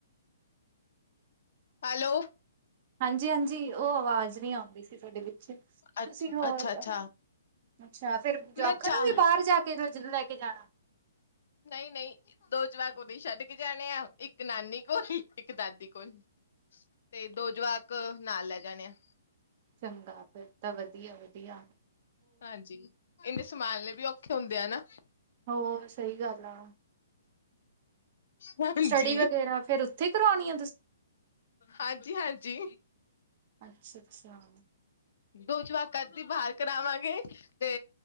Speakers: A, on the left; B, on the right.
A: ਹੈਲੋ।
B: ਹਾਂਜੀ-ਹਾਂਜੀ <unintelligible> ਓ ਅਵਾਜ਼ ਨੀ ਔਂਦੀ ਸੀ ਥੋਡੀ ਵਿੱਚ। ਤੁਸੀਂ
A: ਅੱਛਾ-ਅੱਛਾ
B: ਹੋਰ ਅੱਛਾ ਫੇਰ ਜਵਾਕਾ
A: ਮੈਂ ਚਾਰ
B: ਨੂੰ ਵੀ ਬਾਰ ਜਾ ਕੇ ਲਜ ਕੇ ਜਾਣਾ
A: ਨਈ, ਨਈ ਦੋ ਜਵਾਕ ਉਰੀ ਛੱਡ ਕੇ ਜਾਣੇ ਆ, ਇੱਕ ਨਾਨੀ ਕੋਲ ਇੱਕ ਦਾਦੀ ਕੋਲ। ਤੇ ਦੋ ਜਵਾਕ ਨਾਲ ਲੈ ਜਾਣੇ ਆ।
B: ਚੰਗਾ ਫਿਰ ਤਾਂ ਵ ਵਦੀਆ, ਵਦੀਆ।
A: ਹਾਂਜੀ ਏਨੇ ਸੰਮਾਲਨੇ ਵੀ ਔਖੇ ਹੁੰਦੇ ਆ ਨਾ।
B: ਹੋਰ ਸਹੀ ਗੱਲ ਆ
A: ਹਾਂਜੀ।
B: ਸਟੱਡੀ ਵਗੈਰਾ ਫਿਰ ਉੱਥੇ ਕਰਾਉਣੀ
A: ਹਾਂਜੀ-ਹਾਂਜੀ
B: ਅੱਛਾ ਅੱਛਾ।
A: ਦੋ ਜਵਾਕ ਕਦੀ ਬਾਹਰ ਕਰਾਵਾਂਗੇ ਤੇ